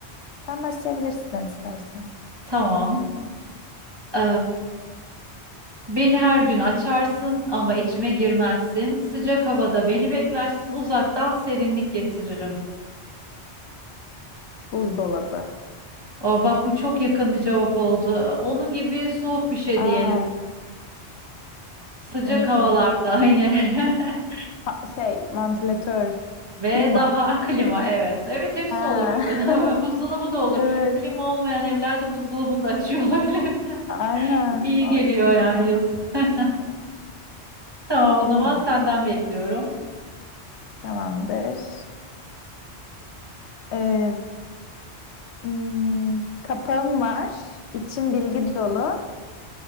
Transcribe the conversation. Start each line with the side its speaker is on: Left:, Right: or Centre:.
Left: Sen başlayabilirsin istersen.
Right: Tamam. Ee, beni her gün açarsın ama içime girmezsin. Sıcak havada beni beklersin, uzaktan serinlik getiririm.
Left: Buzdolabı.
Right: O bak bu çok yakın bir cevap oldu. Onun gibi soğuk bir şey diyelim.
Left: Aa,
Right: Sıcak
Left: e,
Right: havalarda aynı. <laughs>
Left: ha- şey vantilatör,
Right: Ve
Left: klima.
Right: daha klima evet. Evet hepsi
Left: Ha.
Right: olur bu arada.
Left: <laughs>
Right: <laughs> Buzdolabı da olur.
Left: Evet.
Right: Klima olmayan evlerde buzdolabını da açıyor olabilir. <laughs>
Left: Aynen.
Right: İyi
Left: O
Right: geliyor
Left: yüzden
Right: yani
Left: öyle oldu.
Right: yazın. <laughs> Tamam o zaman
Left: Tamam.
Right: senden bekliyorum.
Left: Tamamdır. E, Hmm, kapağım var. İçim bilgi dolu.